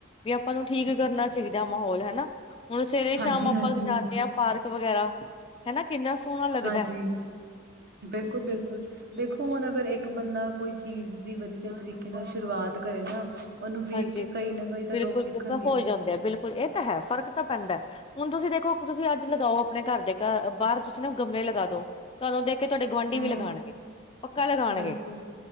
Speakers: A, on the left; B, on the right.
A: ਈ ਆਪਾਂ ਨੂੰ ਠੀਕ ਕਰਨਾ ਚਾਹੀਦਾ ਮਾਹੌਲ ਹਨਾ ਹੁਣ ਸਵੇਰੇ
B: ਹਾਂਜੀ
A: ਸ਼ਾਮ ਆਪਾਂ
B: ਹਾਂਜੀ
A: ਜਾਂਦੇ ਆਂ ਪਾਰਕ ਵਗੈਰਾ। ਹੇਨਾ ਕਿੰਨਾ ਸੋਨਾ ਲੱਗਦੈ।
B: ਹਾਂਜੀ ਬਿਲਕੁਲ- ਬਿਲਕੁਲ
A: ਹਮ
B: ਦੇਖੋ ਹੁਨ ਅਗਰ ਏਕ ਬੰਦਾ ਕੋਈ। ਚੀਜ਼ ਦੀ ਵਧੀਆ ਤਰੀਕੇ ਨਾਲ ਸ਼ੁਰੂਵਾਤ ਕਰੇ ਨਾ। ਉਹਨੂੰ ਵੇਖ
A: ਹਾਂਜੀ,
B: ਕੇ ਕਈ ਨਾ ਕਈ ਤਾਂ
A: ਬਿਲਕੁਲ
B: ਲੋਕ ਸਿੱਖਣਗੇ
A: ਬਿਲਕ ਹੋਈ ਜਾਂਦੈ ਬਿਲਕੁਲ ਏ ਤਾਂ ਹੈ ਫ਼ਰਕ ਤਾਂ ਪੈਂਦੈ ਹੁਨ ਤੁਸੀਂ ਦੇਖੋ ਤੁਸੀਂ ਅੱਜ ਲਗਾਓ ਆਪਣੇ ਘਰ ਦੇ ਘ ਬਾਰ ਤੁਸੀਂ ਨਾ ਗਮਲੇ ਲਗਾ ਦੋ ਤੁਆਨੂੰ ਦੇਖ ਕੇ ਤੁਆਡੇ ਗੁਆਂਢੀ
B: ਹਮ
A: ਵੀ ਲਗਾਨਗੇ, ਪੱਕਾ ਲਗਾਨਗੇ,
B: ਬਿਲਕੁਲ